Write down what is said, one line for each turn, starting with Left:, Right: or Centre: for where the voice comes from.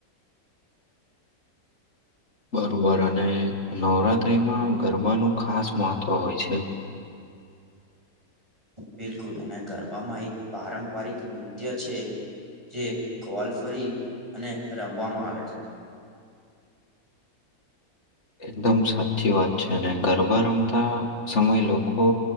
Left: <inaudible> બરોબર અને નવરાત્રીમાં ગરબાનું ખાસ મહત્ત્વ હોય છે. <inaudible>
Right: બિલકુલ અને ગરબામાં એક પારંપરિક નૃત્ય છે. જે ગોવાલ ફરી અને રમવામાં આવે છે.
Left: એકદમ સાચી વાત છે અને ગરબા રમતા સમયે લોકો